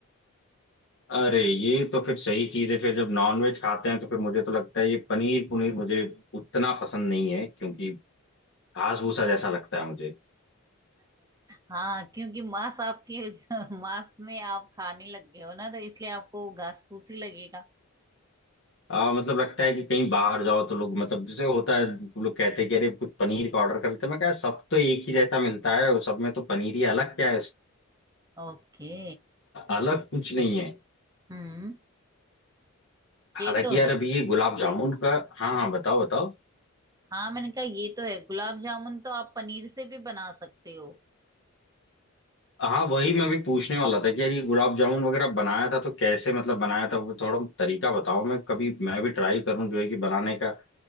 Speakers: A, on the left; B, on the right.
A: अरे ये तो फिर सही चीज है फिर जब नॉन वेज खाते हैं तो फिर मुझे तो लगता है ये पनीर पुनीर मुझे उतना पसंद नहीं है क्योंकि घास भूसा जैसा लगता है मुझे
B: हाँ क्योंकि मांस आपके <laughs> मांस में आप खाने लग गए हो ना तो इसलिए आपको घास फूसी लगेगा
A: आ, मतलब लगता है कि कहीं बाहर जाओ तो लोग मतलब जैसे होता है लोग कहते हैं कि अरे कुछ पनीर का ऑर्डर कर लेते हैं मैं कहा सब तो एक ही जैसा मिलता है वो सब में तो पनीर ही अलग क्या है इस-
B: ओके
A: अलग कुछ नहीं है
B: हम्म
A: हालांकि
B: ये तो
A: यार
B: है
A: अभी ये गुलाब जामुन का हाँ हाँ बताओ बताओ
B: हाँ मैंने कहा ये तो है गुलाब जामुन तो आप पनीर से भी बना सकते हो
A: हाँ वही मैं भी पूछने वाला था कि यार ये गुलाब जामुन वगैरह बनाया था तो कैसे मतलब बनाया था वो थोड़ा तरीका बताओ मैं कभी मैं भी ट्राई करूँ जो है कि बनाने का